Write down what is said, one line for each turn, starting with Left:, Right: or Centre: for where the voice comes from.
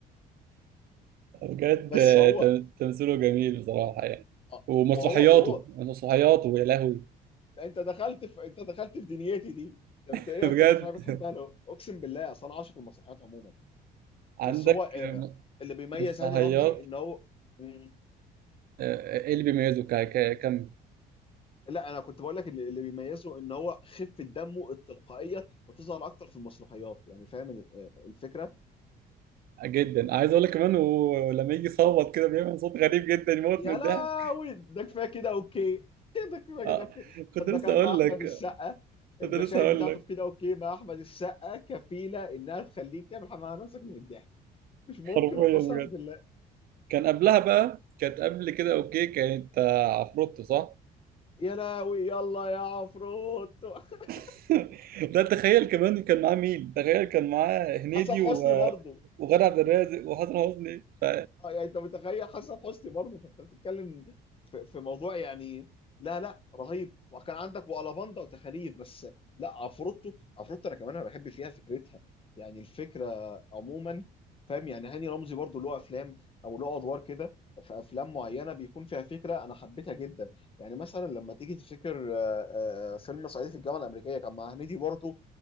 Right: بجد
Left: بس
Right: آه،
Left: هو
Right: تمثيله جميل بصراحة يعني
Left: آه،
Right: ومسرحياته
Left: وهو وهو
Right: مسرحياته يا لهوي
Left: لا انت دخلت في انت دخلت في دنيتي دي طب
Right: <laughs>
Left: انت ايه
Right: بجد
Left: اكتر مسرحيه بتحبها له اقسم بالله اصل انا عاشق المسرحيات عموما
Right: عندك
Left: بس هو آه، آه، اللي بيميز
Right: مسرحيات
Left: هاني رمزي ان هو مم،
Right: آه، ايه اللي بيميزه ك- ك- كم
Left: لا انا كنت بقول لك اللي اللي بيميزه ان هو خفه دمه التلقائيه بتظهر اكتر في المسرحيات يعني فاهم ال- آه، الفكره
Right: جدا عايز اقول لك كمان هو لما يجي يصوت كده بيعمل صوت غريب جدا يموت
Left: يا
Right: من الضحك
Left: لهوي ده كفايه كده اوكي <laughs> ده كفايه
Right: آه،
Left: كده اوكي
Right: كنت
Left: لما
Right: لسه
Left: كان
Right: اقول
Left: مع احمد
Right: لك
Left: السقا المشاهد
Right: كنت لسه اقول
Left: بتاعته
Right: لك
Left: في كده اوكي مع احمد السقا كفيله انها تخليك تعمل حمام على نفسك من الضحك مش ممكن
Right: حرفيا
Left: وقسما
Right: بجد
Left: بالله
Right: كان قبلها بقى كانت قبل كده اوكي كانت آه، عفروتو صح
Left: يا لهوي يلا يا عفروت <laughs>
Right: <laughs> ده تخيل كمان كان معاه مين تخيل كان معاه هنيدي
Left: حسن حسني
Right: و...
Left: برضه
Right: وغادة عبد الرازق وحسن حسني ف...
Left: اه يعني انت متخيل حسن حسني برضه فانت بتتكلم في, في موضوع يعني لا لا رهيب وكان عندك وألافاندا وتخاريف بس لا عفروتو عفروتو انا كمان انا بحب فيها فكرتها يعني الفكره عموما فاهم يعني هاني رمزي برضه له افلام او له ادوار كده في افلام معينه بيكون فيها فكره انا حبيتها جدا يعني مثلا لما تيجي تفتكر آه، آه، فيلم صعيدي في الجامعه الامريكيه كان مع هنيدي برضه